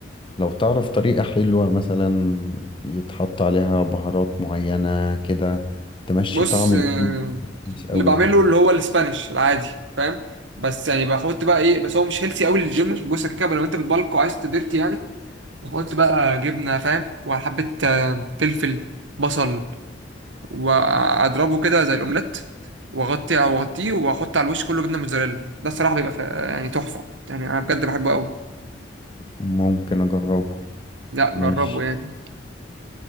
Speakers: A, on the left; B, on the right.
A: تعرف طريقة حلوة مثلا يتحط عليها بهارات معينة كده تمشي
B: بص
A: طعم
B: آه،
A: البيض كويس أوي
B: اللي بعمله اللي هو الاسبانيش العادي فاهم بس يعني بحط بقى ايه بس هو مش هيلثي قوي للجيم بص كده لو انت بتبلك وعايز تديرتي يعني بحط بقى جبنه فاهم وحبه آه، فلفل بصل واضربه كده زي الاومليت واغطي واغطيه واحط على الوش كله جبنه موتزاريلا ده الصراحه بيبقى ف- يعني تحفه يعني انا بجد بحبه قوي
A: ممكن أجربه
B: لا
A: ماشي
B: جربه يعني